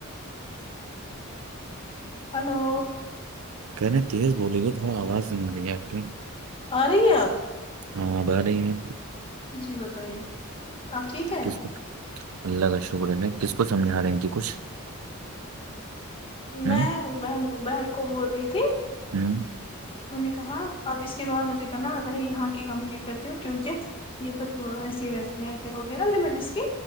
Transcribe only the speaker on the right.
کہہیں تیز بولیے گ تھوڑا آواز ز رہی ہے آپ کی
ہاں بہ رہ ہے
کس کو اللہ کا شکر ہے کس کو سمجھا رہے ہیں ت کچھ
ہوں
ہوں